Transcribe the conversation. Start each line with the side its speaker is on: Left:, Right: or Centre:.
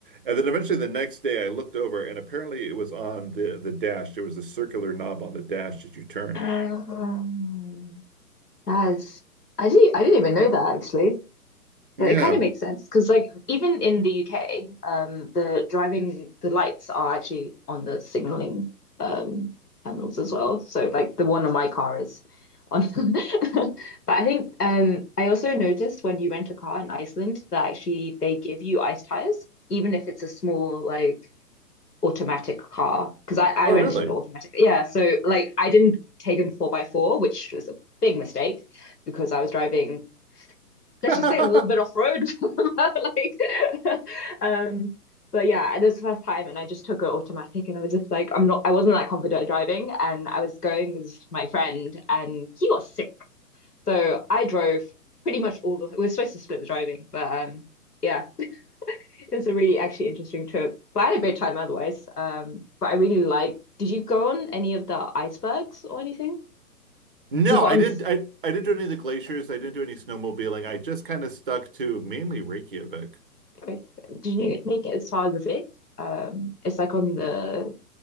Right: And then eventually the next day I looked over and apparently it was on the the dash. There was a circular knob on the dash that you turn.
Left: Um, that is, I didn't I didn't even know that actually. But
Right: Yeah.
Left: it kind of makes sense because, like, even in the UK, um, the driving the lights are actually on the signaling um panels as well. So, like, the one on my car is on. <laughs> But I think um, I also noticed when you rent a car in Iceland that actually they give you ice tires, even if it's a small like automatic car. Because I I
Right: Oh,
Left: rented
Right: really?
Left: automatic, yeah. So like, I didn't take a four by four, which was a big mistake because I was driving let's
Right: <laughs>
Left: just say a little bit off road. <laughs> Like, <laughs> um, but yeah, it was the first time, and I just took it automatic, and I was just like, I'm not, I wasn't that confident at driving, and I was going with my friend, and he got sick, so I drove pretty much all the. We were supposed to split the driving, but um, yeah, it was a really actually interesting trip. But I had a great time otherwise. Um, but I really liked. Did you go on any of the icebergs or anything?
Right: No,
Left: We got
Right: I didn't.
Left: on.
Right: I, I didn't do any of the glaciers. I didn't do any snowmobiling. I just kind of stuck to mainly Reykjavik.
Left: Did you make it as far as the Vic? Um, it's like on the